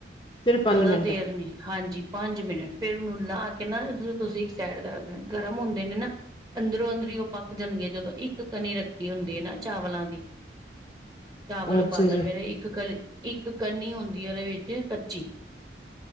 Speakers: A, on the left (about 25°); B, on the right (about 20°).
A: ਸਿਰਫ ਪੰਜ
B: ਜ਼ਿਆਦਾ
A: ਮਿੰਟ
B: ਦੇਰ ਨੀ ਹਾਂਜੀ ਪੰਜ ਮਿੰਟ ਫਿਰ ਉਹਨੂੰ ਲਾ ਕੇ ਨਾ ਜਦੋ ਤੁਸੀਂ, <unintelligible> ਗਰਮ ਹੁੰਦੇ ਨੇ ਨਾ, ਅੰਦਰੋਂ ਅੰਦਰੀ ਉਹ ਪੱਕ ਜਾਣਗੇ ਜਦੋਂ ਇੱਕ ਕਣੀ ਰੱਖੀ ਹੁੰਦੀ ਹੈ ਨਾ ਚਾਵਲਾਂ ਦੀ। ਚਾਵਲ
A: ਅੱਛਾ
B: ਉਬਾਲਣ
A: ਜੀ
B: ਵੇਲੇ ਇੱਕ ਕਨੀ ਇੱਕ ਕਨੀ ਹੁੰਦੀ ਹੈ ਉਹਦੇ ਵਿੱਚ ਕੱਚੀ,